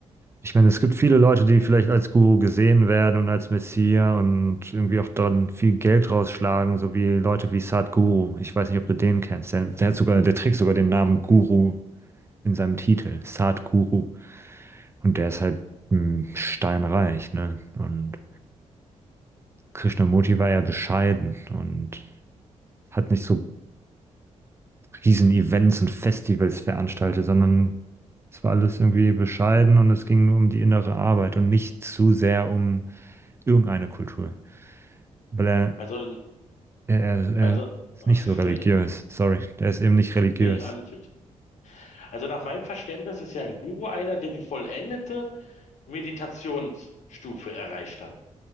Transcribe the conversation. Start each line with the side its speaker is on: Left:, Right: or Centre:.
Right: Ich meine, es gibt viele Leute, die vielleicht als Guru gesehen werden und als Messias und irgendwie auch dann viel Geld rausschlagen, so wie Leute wie Sadhguru. Ich weiß nicht, ob du den kennst. Der, der hat sogar, der trägt sogar den Namen Guru in seinem Titel, Sadhguru. Und der ist halt mh, steinreich, ne? Und Krishnamurti war ja bescheiden und hat nicht so riesen Events und Festivals veranstaltet, sondern es war alles irgendwie bescheiden und es ging nur um die innere Arbeit und nicht zu sehr um irgendeine Kultur. weil er,
Left: Also,
Right: er, er, er
Left: also,
Right: ist
Left: ach,
Right: nicht so religiös.
Left: äh,
Right: Sorry, der ist eben nicht religiös.
Left: nee, alles gut. Also nach meinem Verständnis ist ja ein Guru einer, der die vollendete Meditationsstufe erreicht hat.